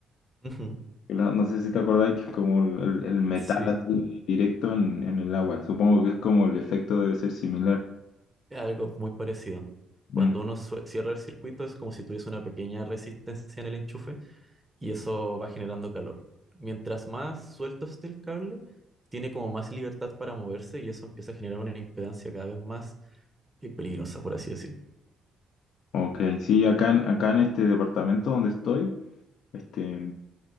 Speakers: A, on the right (about 15°); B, on the left (about 75°).
A: Ujú,
B: que la- No sé si te acordáis que es como el, el- el metal
A: Sí,
B: así directo en, en el agua. Supongo que es como el efecto debe ser similar.
A: es algo muy parecido.
B: Mm,
A: Cuando uno sue- cierra el circuito, es como si tuviese una pequeña resistencia en el enchufe y eso va generando calor. Mientras más suelto esté el cable, tiene como más libertad para moverse y eso empieza a generar una impedancia cada vez más eh, peligrosa, por así decir.
B: ok, sí, acá, en- acá en este departamento donde estoy, este,